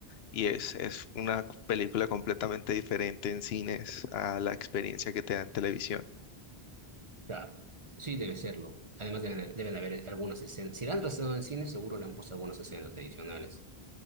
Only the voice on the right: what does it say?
claro, sí debe serlo. Además deben, deben haber algunas escenas. Si la han trasladado al cine, seguro le han puesto algunas escenas adicionales.